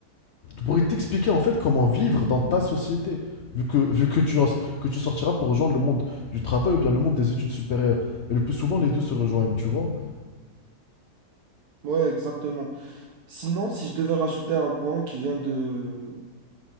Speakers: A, on the left; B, on the right.
A: pourrait t'expliquer en fait comment vivre dans ta société, vu que, vu que, tu, en- que tu sortiras pour rejoindre le monde du travail ou bien le monde des études supérieures. Et le plus souvent, les deux se rejoignent, tu vois?
B: Ouais, exactement. Sinon, si je devais rajouter un point qui vient de,